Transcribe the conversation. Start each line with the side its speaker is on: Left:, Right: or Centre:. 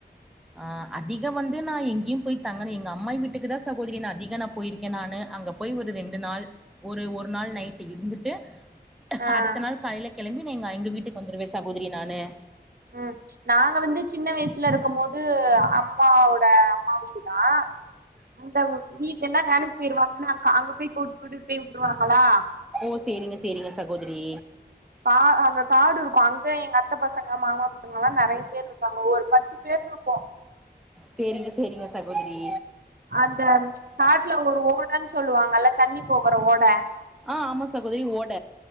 Centre: உ ஆ அதிக வந்து நா எங்கயும் போய் தங்கன எங்க அம்மாயி வீட்டுக்குதா சகோதரி நா அதிக நா போயிருக்கேன் நானு அ ங்க போய் ஒரு ரெண்டு நாள் ஒரு ஒரு நாள் நைட் ட்டு இருந்துட்டு
Right: ஆ
Centre: அடுத்த நாள் காலைல கெளம்பி எங்க வீட்டுக்கு வந்துருவ சகோதரி நானு
Right: ம் நாங்க வந்து சின்ன வயசில இருக்கும்போது அம்மாவோட அம்மா வீடுதா அந்த வீடெல்லா வேலைக்கு போயிருவாங்கன்னு அங் அங்க போய் கூ கூட்டிடுட்டு போய் விட்டுருவாங்ளா
Centre: ஓ சேரிங்க சேரிங்க சகோதரி
Right: கா அங்க காடு இருக்கு அங்க எங்க அத்த பசங்க மாமா பசங்கல்லா நறைய பேர் இருக்காங்க ஒரு பத்து பேர் இருக்கோ
Centre: சேரிங்க சேரிங்க சகோதரி
Right: அந்த காட்ல ஒரு ஓடன் சொல்லுவாங்கல தண்ணி போகற ஓட
Centre: ஆ ஆமா சகோதரி ஓட